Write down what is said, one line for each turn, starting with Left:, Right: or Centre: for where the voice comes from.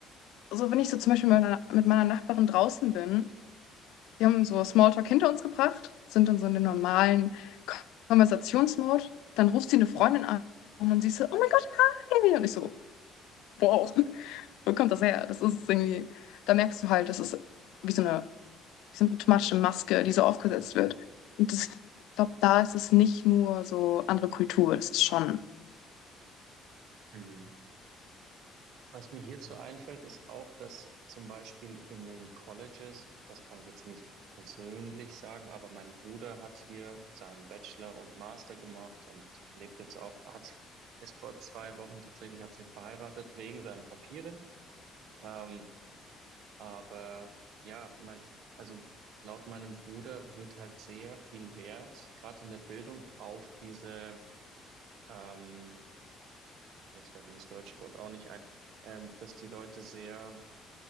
Left: so wenn ich so zum Beispiel mit meiner, mit meiner Nachbarin draußen bin, die haben so Smalltalk hinter uns gebracht, sind dann so in dem normalen Konversationsmodus, dann ruft sie eine Freundin an und sie ist so, oh mein Gott, hi! Und ich so, wow, <laughs> wo kommt das her? Das ist irgendwie, da merkst du halt, das ist wie so eine symptomatische Maske, die so aufgesetzt wird. Und das, ich glaube, da ist es nicht nur so andere Kultur, das ist schon.
Right: Mhm. Was mir hierzu einfällt, ist auch, dass zum Beispiel in den Colleges, das kann ich jetzt nicht persönlich sagen, aber mein Bruder hat hier seinen Bachelor und Master gemacht und lebt jetzt auch, hat, ist vor zwei Wochen tatsächlich, hat sich verheiratet wegen seinen Papieren. Ähm, aber ja, mein, also laut meinem Bruder wird halt sehr viel Wert, gerade in der Bildung, auf diese, ähm, jetzt fällt mir das deutsche Wort auch nicht ein, ähm, dass die Leute sehr